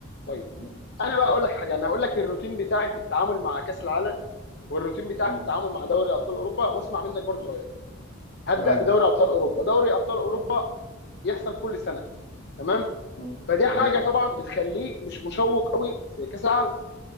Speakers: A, on the left; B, on the left.
A: طيب
B: مم.
A: انا بقى اقول لك حاجه انا هقول لك الروتين بتاعي في التعامل مع كاس العالم والروتين بتاعي
B: مم.
A: في التعامل مع دوري ابطال اوروبا واسمع منك برضو رايك هبدا
B: تمام
A: بدوري ابطال اوروبا دوري ابطال اوروبا يحصل كل سنه تمام
B: مم.
A: فدي حاجه
B: تمام
A: طبعا بتخليه مش مشوق قوي زي كاس العالم